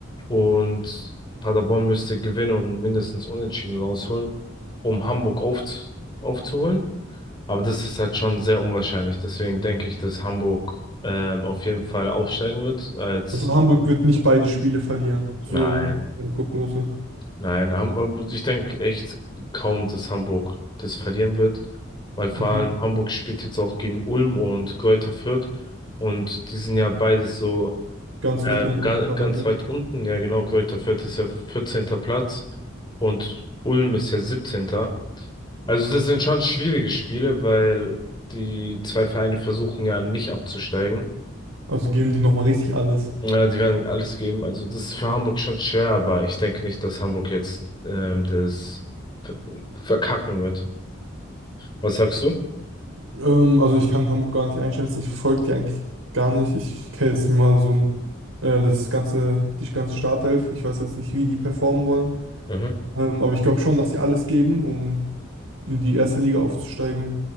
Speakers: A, on the left; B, on the right.
A: und Paderborn müsste gewinnen und mindestens unentschieden rausholen, um Hamburg aufz aufzuholen. Aber das ist halt schon sehr unwahrscheinlich. Deswegen denke ich, dass Hamburg ähm, auf jeden Fall aufsteigen wird als,
B: Also Hamburg wird nicht beide Spiele verlieren. So
A: nein.
B: eine Prognose.
A: Nein, Ham- ähm, ich denke echt kaum, dass Hamburg das verlieren wird, weil vor
B: Mhm.
A: allem Hamburg spielt jetzt auch gegen Ulm und Greuther Fürth und die sind ja beide so
B: Ganz
A: äh,
B: weit unten
A: ga-
B: in der Tabelle.
A: ganz weit unten. Ja, genau, Greuther Fürth ist ja vierzehnter Platz und Ulm ist ja siebzehnter. Also das sind schon schwierige Spiele, weil die zwei Vereine versuchen ja nicht abzusteigen.
B: Also geben die nochmal richtig alles.
A: Ja, die werden alles geben. Also das ist für Hamburg schon schwer, aber ich denke nicht, dass Hamburg jetzt ähm, das ver- verkacken wird. Was sagst du?
B: Ähm, also ich kann Hamburg gar nicht einschätzen, ich folge die eigentlich gar nicht. Ich kenne jetzt nicht mal so ein, äh, das ganze, die ganze Startelf. Ich weiß jetzt nicht, wie die performen wollen.
A: Mhm.
B: Ähm, aber ich glaube schon, dass sie alles geben, um in die erste Liga aufzusteigen.